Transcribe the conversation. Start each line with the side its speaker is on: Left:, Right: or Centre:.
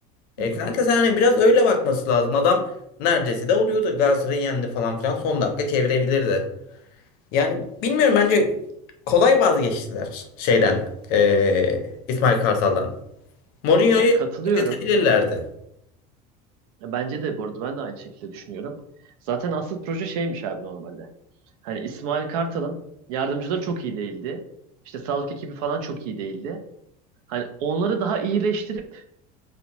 Left: E,
Right: hı hı.
Left: kanka sen hani biraz öyle bakması lazım. Adam neredeyse de oluyordu. Galatasaray'ı yendi falan filan. Son dakika çevirebilirdi. Yani bilmiyorum bence kolay vazgeçtiler şeyden eee, İsmail Kartal'dan. Mourinho'yu
Right: Ya katılıyorum.
Left: bekletebilirlerdi.
Right: Ya Bence de bu arada ben de aynı şekilde düşünüyorum. Zaten asıl proje şeymiş abi normalde. Hani İsmail Kartal'ın yardımcıları çok iyi değildi. İşte sağlık ekibi falan çok iyi değildi. Hani onları daha iyileştirip